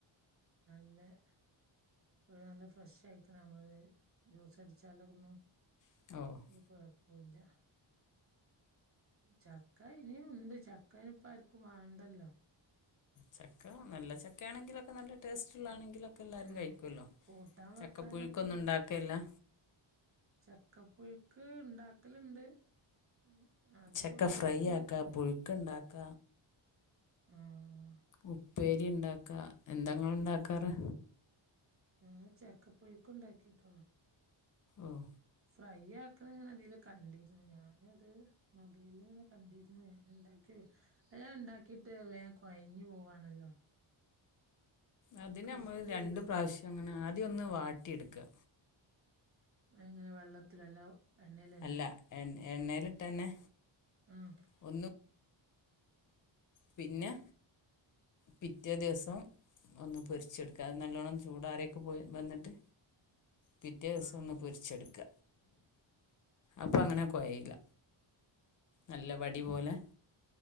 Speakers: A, on the right; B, on the left.
A: നല്ലെ ഇപ്പഴും നല്ല ഫ്രഷ് ആയിക്ക്ണ നമ്മള് ജ്യൂസ് അടിച്ചാലൊന്നും
B: <unintelligible>
A: ഒര് കുഴപ്പൂല്ല ചക്ക ഇനിയൂണ്ട് ചക്ക അയ്നിപ്പ ആർക്കും വാണ്ടല്ലോ
B: ചക്ക നല്ല ചക്കാണെങ്കിലൊക്കെ നല്ല ടേസ്റ്റ്ള്ളാണെങ്കിലൊ ക്കല്ലാരും
A: ഉം
B: കഴിക്കൂല്ലോ
A: കൂട്ടാൻ വെക്കാനൊക്കെ
B: ചക്കപ്പുഴുക്കൊന്നും ണ്ടാക്കല്ലാ
A: ചക്ക പുഴുക്ക് ണ്ടാക്കല്ണ്ട് ഉം അത്
B: ചക്ക
A: ഒരീസം
B: ഫ്രൈ
A: ഇണ്ടാക്കി
B: ആക്ക പുഴുക്ക്ണ്ടാക്ക
A: ആഹ്
B: ഉപ്പേരി ണ്ടാക്ക എന്താ ങ്ങള് ണ്ടാക്കാറ്?
A: ആഹ് ചക്കപ്പുഴുക്കുണ്ടാക്കിട്ടുള്ളു
B: ഓഹ്
A: ഫ്രൈ ആക്ക്ണ ങ്ങനെ തീന്ന് കണ്ടീര്ന്നു ഞാനത് മൊബൈല് ങ്ങനെ കണ്ടീര്ന്നു ഞാന്ണ്ടാ ക്കി അത് ഞാണ്ടാക്കീട്ട് വേം കൊഴഞ്ഞ് പോവാണല്ലോ
B: അതിന്
A: ക്രിസ്പി
B: മ്മള് രണ്ട്
A: ആയി നിക്കുന്നില്ല
B: പ്രാവശ്യം ങ്ങനെ ആദ്യം ഒന്ന് വാട്ടിട്ക്കാ
A: അതെങ്ങനെ വെള്ളത്തിലോ അല്ല എണ്ണേലെന്നെ
B: അല്ല എ- എണ്ണയിലിട്ട് തന്നെ
A: ആഹ്
B: ഒന്ന് പിന്നെ പിറ്റേ ദിവസം ഒന്ന് പൊരിച്ചെട്ക്ക അത് നല്ലോണ്ണം ചൂടാറ്യോക്കെ പോയി വന്ന്ട്ട് പിറ്റേസം
A: ആഹ്
B: ഒന്ന് പൊരിച്ചെട്ക്ക അപ്പ അങ്ങനെ കൊയീല്ല നല്ല വടി പോലെ